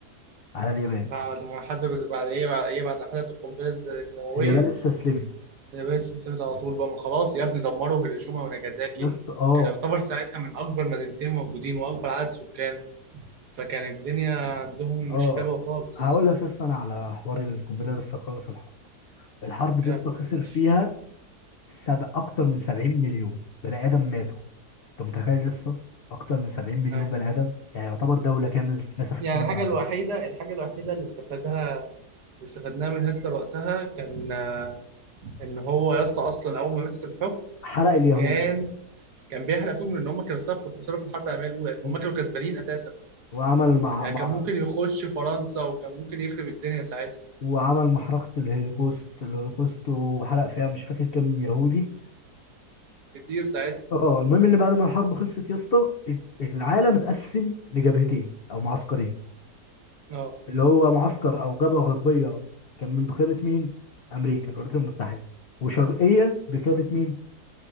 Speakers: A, on the left; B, on the right.
A: على اليابان
B: بعد ما حسب بعد ايه بعد ايه بعد ما حسبت القنبله النوويه
A: اليابان استسلمت
B: اليابان استسلمت على طول بقى ما خلاص يا ابني دمروا هيروشيما وناجازاكي
A: يا اسطى اه
B: كان يعتبر ساعتها من أكبر مدينتين موجودين وأكبر عدد سكان فكان الدنيا عندهم مش
A: اه
B: حلوة خالص
A: هقول لك يا اسطى انا على حوار القنبله ده لسه خلص الحرب الحرب دي
B: كمل
A: يا اسطى خسر
B: ماشي
A: فيها سب... اكتر من 70 مليون بني ادم ماتوا انت متخيل يا اسطى اكتر من 70 مليون
B: هاي.
A: بني ادم يعني يعتبر دوله كامله اتنسفت
B: يعني
A: كده
B: الحاجة
A: من على
B: الوحيدة
A: الارض
B: الحاجة الوحيدة اللي استفادها اللي استفدناها من هتلر وقتها كان آه، إن هو يا اسطى أصلا أول ما مسك الحكم
A: حرق اليهود
B: كان كان بيحرق فيهم لأن هم كانوا سبب في الخسارة في الحرب العالمية الأولى
A: مم.
B: هم كانوا كسبانين أساسا
A: وعمل مع
B: يعني
A: مع
B: كان ممكن يخش فرنسا وكان ممكن يخرب الدنيا ساعتها
A: وعمل محرقة الهولوكوست الهولوكوست وحرق فيها مش فاكر كام يهودي
B: كتير ساعتها
A: اه المهم ان بعد ما الحرب خلصت يا اسطى ات- العالم اتقسم لجبهتين او معسكرين
B: اه
A: اللي هو معسكر او جبهة غربية كان من بقيادة مين؟ امريكا الولايات المتحدة وشرقية بقيادة مين؟